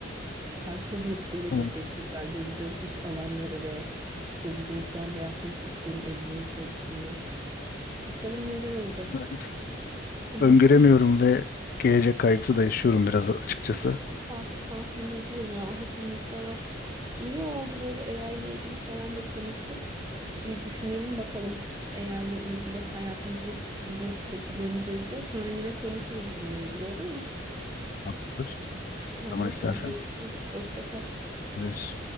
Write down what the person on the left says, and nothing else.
Evet,
ben
öngöremiyorum
ve gelecek kaygısı da yaşıyorum biraz açıkçası.
Tamamdır.
Ne zaman istersen.
Görüşürüz.